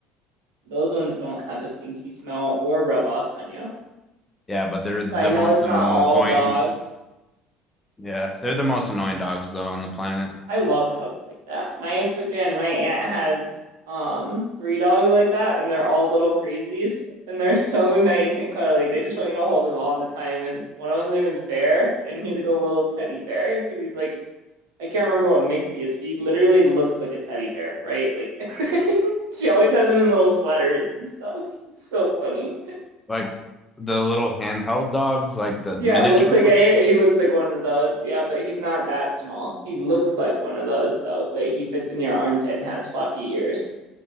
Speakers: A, on the right (about 70°); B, on the left (about 15°).
A: Those ones don't have a stinky smell or rub off on you.
B: yeah, but they're the
A: So I know
B: most
A: it's
B: annoying.
A: not all dogs.
B: Yeah, they're the most annoying dogs though on the planet.
A: I love dogs like that. My freaking my aunt has um three dogs like that, and they're all little crazies, and they're so nice and cuddly. They just want you to hold them all the time. And one of them's name is Bear, and he's like a little teddy bear because he's like I can't remember what mix he is. he literally looks like a teddy bear, right? Like <laughs> she always has him in little sweaters and stuff. It's so funny.
B: Like the little handheld dogs, like the
A: Yeah,
B: miniature
A: looks like
B: ones.
A: I, he looks like one of those. Yeah, but he's not that small. He looks like one of those though, but he fits in your armpit and has floppy ears